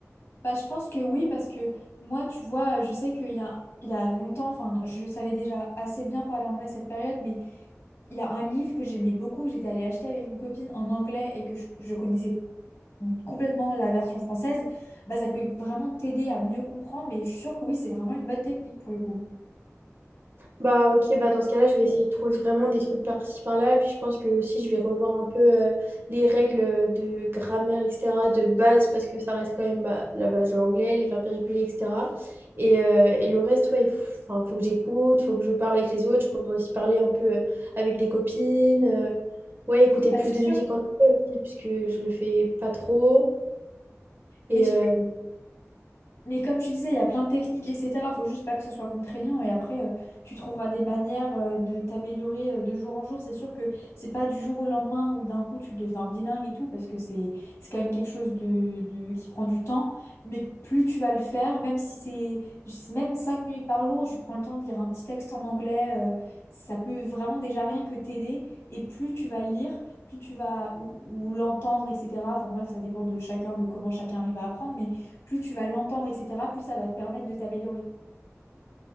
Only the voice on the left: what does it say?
Bah, je pense que oui, parce que moi, tu vois, euh, je sais qu'il y a, il y a longtemps, enfin, je savais déjà assez bien parler anglais à cette période, mais il y a un livre que j'aimais beaucoup, que j'étais allée acheter avec une copine en anglais et que je, je connaissais complètement la version française, bah, ça peut vraiment t'aider à mieux comprendre, mais je suis sûre que oui, c'est vraiment une bonne technique pour le coup.
Bah,
c'est
sûr.
Mais
Mais comme tu disais, il y a plein de techniques, etc. Faut juste pas que ce soit contraignant et après, euh, tu trouveras des manières euh, de t'améliorer euh, de jour en jour. C'est sûr que c'est pas du jour au lendemain où d'un coup tu deviens bilingue et tout, parce que c'est c'est quand même quelque chose de, de- qui prend du temps. Mais plus tu vas le faire, même si c'est c'est même 5 minutes par jour où tu prends le temps de lire un petit texte en anglais, euh, ça peut vraiment déjà rien que t'aider. Et plus tu vas lire, plus tu vas ou, ou l'entendre, etc. Enfin bref, ça dépend de chacun, de comment chacun arrive à apprendre. mais plus tu vas l'entendre, etc., plus ça va te permettre de t'améliorer.